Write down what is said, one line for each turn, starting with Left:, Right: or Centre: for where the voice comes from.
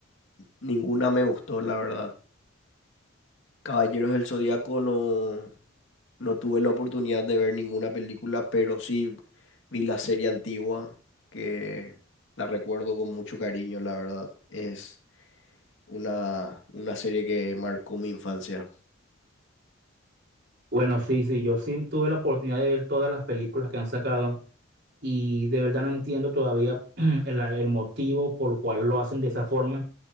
Left: ninguna me gustó, la verdad. Caballeros del Zodíaco no, no tuve la oportunidad de ver ninguna película, pero sí vi la serie antigua, que la recuerdo con mucho cariño, la verdad. Es una, una serie que marcó mi infancia.
Right: Bueno, sí, sí, yo sí tuve la oportunidad de ver todas las películas que han sacado y de verdad no entiendo todavía <clears throat> el, el motivo por el cual lo hacen de esa forma.